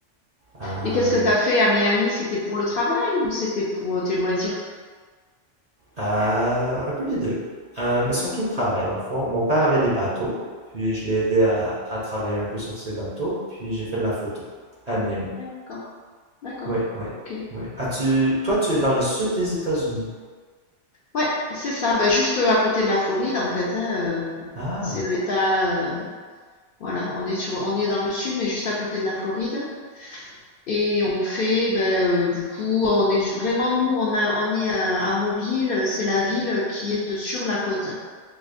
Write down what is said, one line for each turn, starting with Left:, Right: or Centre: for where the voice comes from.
Right: Euh,
Left: Et qu'est-ce que t'as fait à Miami? C'était pour le travail ou c'était pour euh, tes loisirs?
Right: euh, un peu les deux. Euh, mais surtout
Left: D'accord.
Right: le travail, dans le fond. Mon père avait des bateaux, puis je l'ai aidé à, à travailler un peu sur ses bateaux, puis j'ai fait de la photo à Miami.
Left: D'accord. D'accord.
Right: Oui, oui,
Left: OK.
Right: oui. as tu... Toi, tu es dans le sud des États-Unis.
Left: Ouais, c'est ça. Ben, juste à côté de la Floride, en fait, hein, euh,
Right: Ah,
Left: c'est l'État, euh, Voilà, on est sur on est dans le sud, mais juste à côté de la Floride. Et on fait, ben, heu, du coup, on est vraiment nous, on a on est à à Mobile, c'est la ville qui est sur la côte.